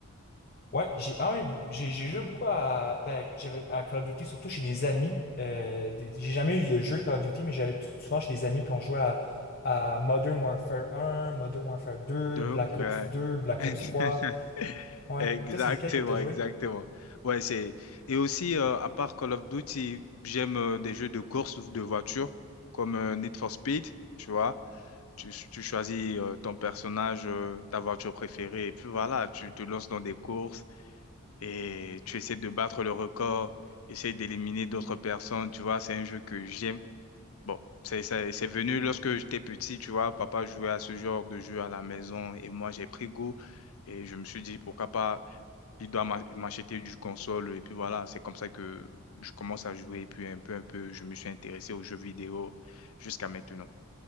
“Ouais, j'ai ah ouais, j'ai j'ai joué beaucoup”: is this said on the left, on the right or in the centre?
Left